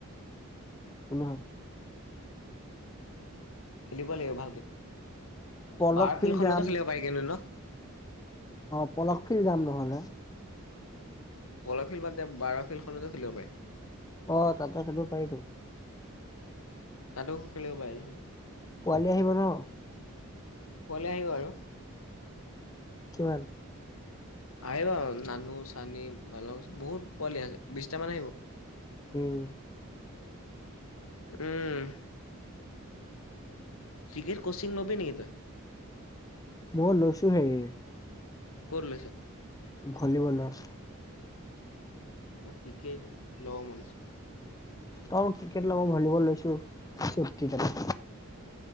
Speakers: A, on the left; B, on the left.
A: কোনে।
B: খেলিব লাগিব ভালকে
A: পলক
B: বাৰ
A: ফিল্ড
B: ফিল্ডখননকে
A: যাম
B: খেলিব পাৰি কিন্তু ন।
A: অ বলক ফ্ৰিলড যাম নহ'লে।
B: কলফিল্ড বাতদে বাৰ ফিল্ডখনতে খেলিব পাৰি।
A: অ তাতে খেলিব পাৰিতো?
B: তাতেও খেলিব পাৰিলোহেঁতেন?
A: পোৱালি আহিব ন।
B: কৰে আহিব আৰু।
A: কিমান।
B: আহিব নানু চানি বালং চব বহুত পোৱালি আছে? বিশটা মান আহিব।
A: উম
B: উম ক্ৰিকেট কোচিং লবি নেকি তই।
A: মই লৈছো হেৰি।
B: ক'ত লৈছ
A: ভলীবলৰ।
B: মই ক্ৰিকেট লব মন আছে?
A: তইয়ো ক্ৰিকেট ল মই ভলীবল লৈছো? স িক।